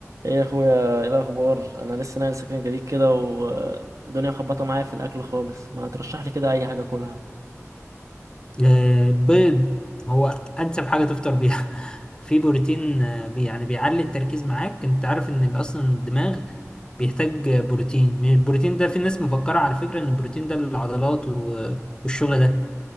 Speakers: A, on the right (about 85°); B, on the left (about 15°).
A: ايه يا اخويا ايه الاخبار انا لسه ناقل سكن جديد كده والدنيا مخبطه معايا في الاكل خالص ما ترشح لي كده اي حاجه اكلها
B: آه، البيض هو انسب حاجه تفطر بيها <laughs> في بروتين آه، بي يعني بيعلي التركيز معاك انت عارف ان ال- اصلا الدماغ بيحتاج آه، بروتين من البروتين ده في ناس مفكره على فكره ان البروتين ده للعضلات و- والشغل ده